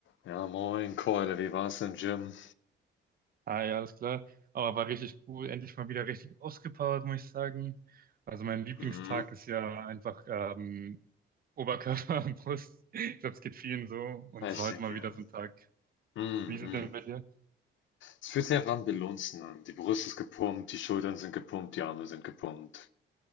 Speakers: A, on the left; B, on the right.
A: Ja, moin Keule, wie war's im Gym?
B: Ah ja, alles klar. Aber war richtig cool. Endlich mal wieder richtig ausgepowert, muss ich sagen. Also mein Lieblingstag
A: Hm,
B: ist ja einfach ähm, Oberkörper und Brust. <laughs> Ich glaube, es geht vielen so. Und es
A: ich
B: war heute
A: denke.
B: mal
A: ja.
B: wieder so ein Tag.
A: Hm,
B: Wie ist
A: hm.
B: es denn bei dir?
A: Es fühlt sich einfach am Belunzen an. Die Brust ist gepumpt, die Schultern sind gepumpt, die Arme sind gepumpt.